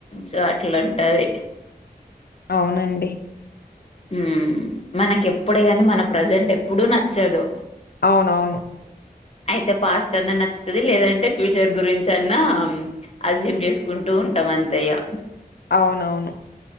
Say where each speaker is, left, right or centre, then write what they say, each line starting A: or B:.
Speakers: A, on the left (about 40°); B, on the left (about 80°).
A: సో అట్లు ఉంటది
B: అవునండి
A: ఉ మనకి ఎప్పుడే కానీ మన ప్రజెంట్ ఎప్పుడుూ నచ్చదు
B: అవునవును
A: అయితే పాస్ట్ అన్నా నచ్చుది లేదంటే ఫ్యూచర్ గురించి అన్నా అజ్యూమ్ చేసుకుంటూ ఉంట ఉంటమంతే ఇగ
B: అవునవును